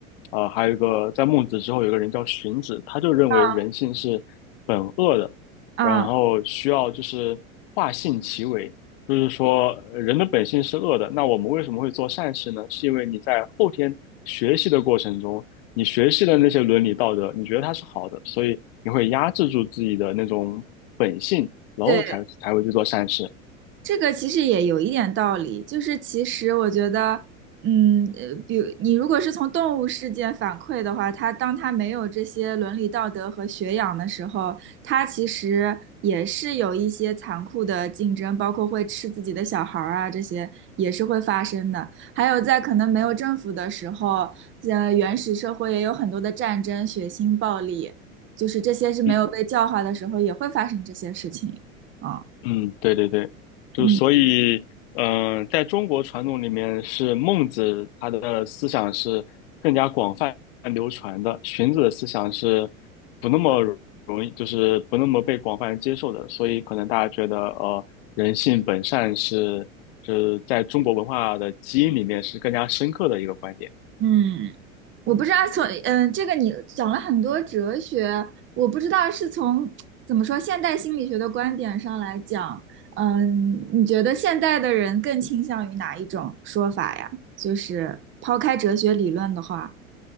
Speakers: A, on the left (about 45°); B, on the right (about 30°).
A: 啊、还有一个在孟子之后有个人叫荀子，他就认为人性是本恶的，
B: 啊啊，
A: 然后需要就是化性其为，就是说呃人的本性是恶的。那我们为什么会做善事呢？是因为你在后天学习的过程中，你学习的那些伦理道德，你觉得它是好的，所以你会压制住自己的那种本性，然后才才会去做善事。
B: 对，这个其实也有一点道理，就是其实我觉得，嗯，呃，比如你如果是从动物世界反馈的话，它当它没有这些伦理道德和学养的时候，它其实也是有一些残酷的竞争，包括会吃自己的小孩儿啊，这些也是会发生的。还有在可能没有政府的时候，呃，原始社会也有很多的战争、血腥、暴力，就是这些是没有被教化的时候也会发生这些事情啊，
A: 嗯嗯，对对对，就所以，
B: 嗯。
A: 嗯、在中国传统里面，是孟子他的思想是更加广泛流传的，荀子的思想是不那么容易，就是不那么被广泛人接受的，所以可能大家觉得，呃，人性本善是，就是在中国文化的基因里面是更加深刻的一个观点。
B: 嗯，我不知道从嗯、呃这个你讲了很多哲学，我不知道是从怎么说现代心理学的观点上来讲，嗯、你觉得现代的人更倾向于哪一种说法呀？就是抛开哲学理论的话，